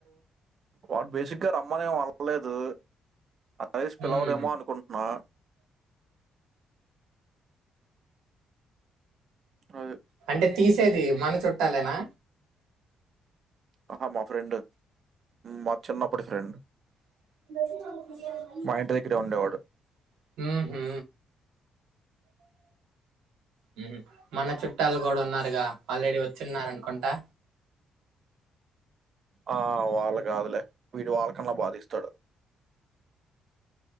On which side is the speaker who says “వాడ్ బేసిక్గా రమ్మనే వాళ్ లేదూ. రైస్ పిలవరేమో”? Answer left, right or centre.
Right